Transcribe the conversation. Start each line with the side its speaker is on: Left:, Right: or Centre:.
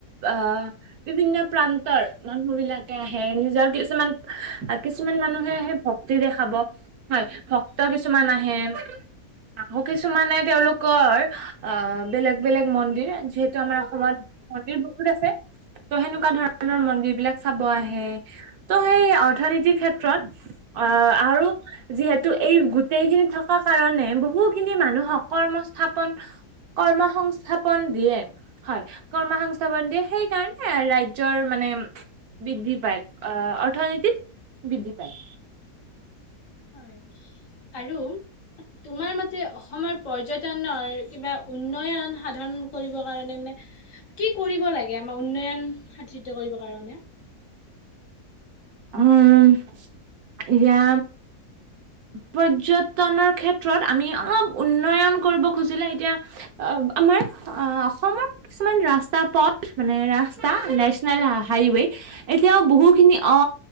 Right: অ বিভিন্ন প্ৰান্তৰ মানুহ বিলাকে আহে, নিজৰ কিছুমান কিছুমান মানুহে আহে ভক্তি দেখাব, হয় ভক্ত কিছুমান আহে আকৌ কিছুমানে তেওঁলোকৰ অহ বেলেগ বেলেগ মন্দিৰ যিহেতু আমাৰ অসমত মন্দিৰ বহুত আছে। ত' সেনেকুৱা ধৰণৰ মন্দিৰ বিলাক চাব আহে, ত' সেই অৰ্থনীতিৰ ক্ষেত্ৰত অ আৰু যিহেতু এই গোটেই খিনি থকা কাৰণে বহু খিনি মানুহক কৰ্মস্থাপন কৰ্মসংস্থাপন দিয়ে, হয় কৰ্মসং স্থাপন দিয়ে সেইকাৰণে ৰাজ্যৰ মানে বৃদ্ধি পাই অহ অৰ্থনীতিত বৃদ্ধি পায়।
Left: হয় আৰু তোমাৰ মতে অসমৰ পৰ্যটনৰ কিবা উন্নয়ন সাধন কৰিব কাৰণে মানে কি কৰিব লাগে আমাৰ উন্নয়ন সাধিত কৰিব কাৰণে?
Right: উম, এতিয়া পৰ্যটনৰ ক্ষেত্ৰত আমি অলপ উন্নয়ন কৰিব খুজিলে এতিয়া, অ আমাৰ অ অসমৰ কিছুমান ৰাস্তা পথ মানে ৰাস্তা নেশ্যনেল হাইৱে এতিয়াও বহুখিনি অ